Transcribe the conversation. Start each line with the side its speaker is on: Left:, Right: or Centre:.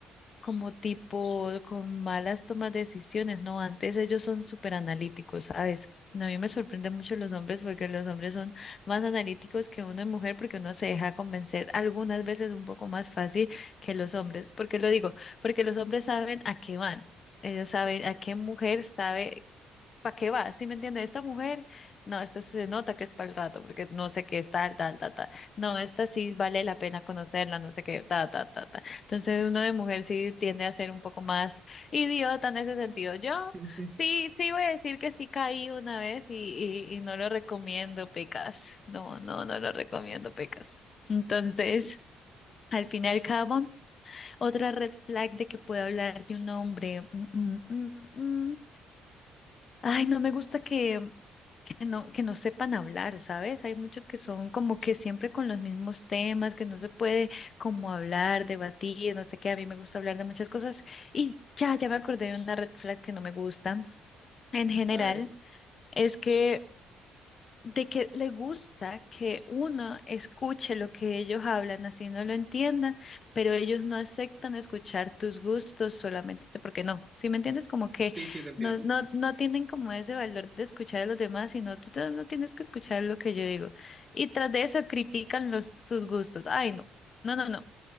Left: como tipo con malas tomas de decisiones, ¿no? Antes ellos son súper analíticos, ¿sabes? A mí me sorprende mucho los hombres porque los hombres son más analíticos que uno es mujer porque uno se deja convencer algunas veces un poco más fácil que los hombres. ¿Por qué lo digo? Porque los hombres saben a qué van. Ellos saben a qué mujer sabe ¿Para qué va? ¿Sí me entiende? Esta mujer, no, esto se nota que es para el rato, porque no sé qué es tal, tal, tal, tal. No, esta sí vale la pena conocerla, no sé qué, ta, ta, ta, ta. Entonces uno de mujer sí tiende a ser un poco más idiota en ese sentido. Yo
Right: <laughs>
Left: sí, sí voy a decir que sí caí una vez y, y, y no lo recomiendo, Pecas. No, no, no lo recomiendo, Pecas. Entonces, al fin y al cabo, otra red flag de que pueda hablar de un hombre. Mm, mm, mm, mm. mm. Ay, no me gusta que que no, que no sepan hablar, ¿sabes? Hay muchos que son como que siempre con los mismos temas, que no se puede como hablar, debatir, no sé qué. A mí me gusta hablar de muchas cosas y ya, ya me acordé de una red flag que no me gusta en general,
Right: A ver.
Left: es que de que le gusta que uno escuche lo que ellos hablan, así no lo entiendan, pero ellos no aceptan escuchar tus gustos solamente porque no. ¿Sí me entiendes? Como que
Right: Sí, sí, te entiendo.
Left: no, no, no tienen como ese valor de escuchar a los demás, sino tú te- no tienes que escuchar lo que yo digo. Y tras de eso critican los, tus gustos. Ay, no, no, no, no,